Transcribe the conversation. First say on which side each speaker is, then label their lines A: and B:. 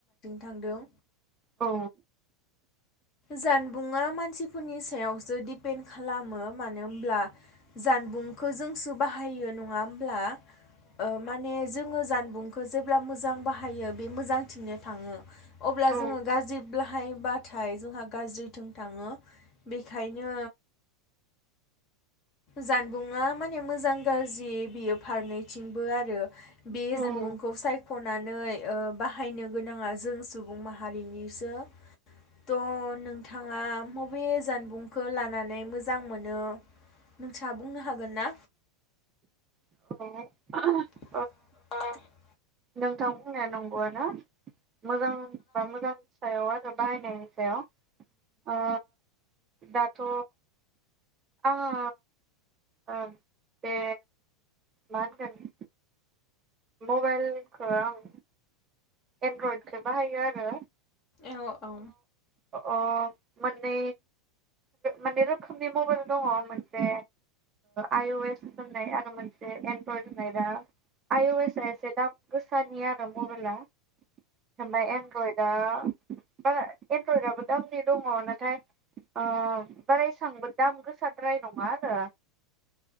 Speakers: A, on the left; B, on the right.
A: थांदों
B: औ
A: जानबुंआ मानसिफोरनि सायावसो दिपेन्ड खालामो मानो होमब्ला जानबुंखौ जोंसो बाहायो नङा होमब्ला? ओ माने जो जोङो जानबुंखौ जेब्ला मोजां बाहायो बे मोजां थिंनो थाङो अब्ला
B: औ
A: जोङो गाज्रि बाहायल्बाथाय जोंहा गाज्रिथिं थाङो। बेखायनो जानबुंआ माने मोजां गाज्रि बियो फारनैथिंबो आरो। बे
B: ओ
A: जानबुंखौ सायख'नानै ओ बा हायनो गोनाङा जों सुबुं माहारिनिसो थ' नोंथाङा मबे जानबुंखौ लानानै मोजां मोनो नोंथाङा बुंनो हागोन ना
B: <unintelligible>
A: <unintelligible>
B: नोंथां बुंनाया नंगौआनो मोजां बा मोजांनि सायाव आरो बाहायनायनि सायाव ओ दाथ' आंङो ओ बे मा होनगोन मबाइलखो आं एनड्रइडखौ बाहायो आरो।
A: औ औ
B: अ मोननै मोननै रोखोमनि मबाइल दंङ मोनसे आइ अ एस होननाय आरो मोनसे एनड्रइड होननाय दा आइ अ एस आ एसे दाम गोसानि आरो मबाइला। ओमफाय एनड्रइयदा बारा एनड्रइडआबो दामनि दङ नाथाय ओ बारा एसेबांबो दाम गोसाद्राय नङा आरो।